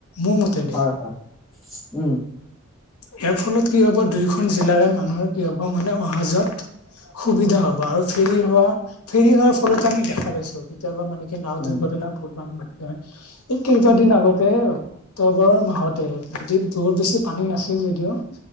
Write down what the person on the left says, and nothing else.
মোৰ মতে দি।
ইয়াৰ ফলত কি হ'ব, দুয়োখন জিলাৰে মানুহৰ কি হ'ব, মানে অহা যোৱাত সুবিধা হ'ব আৰু ফেৰী অহা ফেৰী হোৱাৰ ফলতো আমি দেখা পাইছো। কেতিয়াবা মানে নাওঁ
দুৰ্ঘটনাত বহুত মানুহ মৰি নহয়। এই কেইবাদিন আগতে ক্টবৰৰ মাহতে নদীত বৰ বেছি পানী নাছিল যদিও,